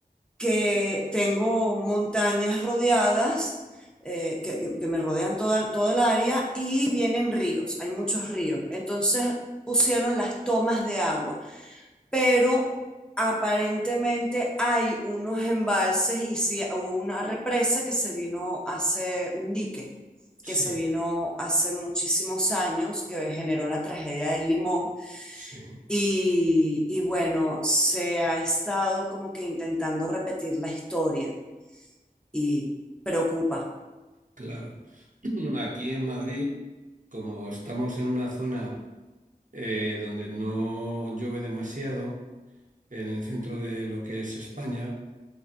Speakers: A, in the centre; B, on the right.
A: que tengo montañas rodeadas, eh, que, que- que me rodean toda, toda el área, y vienen ríos, hay muchos ríos. Entonces pusieron las tomas de agua, pero aparentemente hay unos embalses y sí hubo una represa que se vino hace un dique que
B: Sí,
A: se vino hace muchísimos años, que generó la tragedia del Limón.
B: sí,
A: Y, y bueno, se ha estado como que intentando repetir la historia y preocupa.
B: claro. <clears throat> Aquí en Madrid, como estamos en una zona eh, donde no llueve demasiado, en el centro de lo que es España.